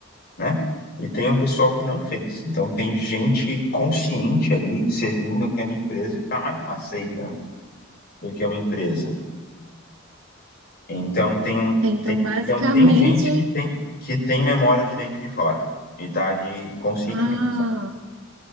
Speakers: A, on the left; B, on the right.
A: né? E tem o pessoal que não fez. Então tem gente consciente ali servindo aquela empresa que tá mais pra uma seita, né? Do que uma empresa. Então tem,
B: Então
A: tem,
B: basicamente,
A: então tem gente que tem, que tem memória de dentro e de fora. E tá de conscientemente,
B: ah,
A: sabe?